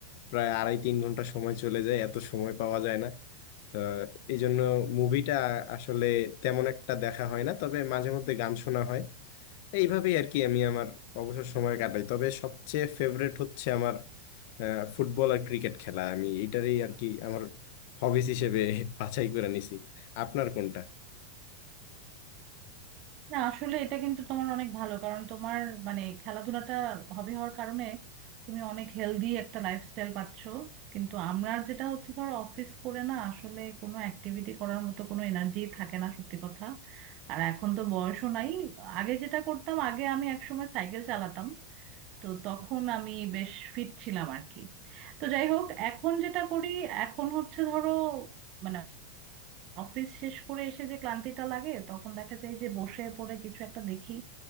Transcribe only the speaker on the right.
না আসলে এটা কিন্তু তোমার অনেক ভালো কারণ তোমার মানে খেলাধুলাটা হবি হওয়ার কারণে তুমি অনেক হেলদি একটা লাইফস্টাইল পাচ্ছ কিন্তু আমরা যেটা হচ্ছে ধর অফিস করে না আসলে কোনো অ্যাক্টিভিটি করার মতো কোনো এনার্জি থাকে না সত্যি কথা আর এখন তো বয়সও নাই আগে যেটা করতাম আগে আমি একসময় সাইকেল চালাতাম তো তখন আমি বেশ ফিট ছিলাম আর কি তো যাই হোক এখন যেটা করি এখন হচ্ছে ধরো মানে অফিস শেষ করে এসে যে ক্লান্তিটা লাগে তখন দেখা যায় যে বসে পড়ে কিছু একটা দেখি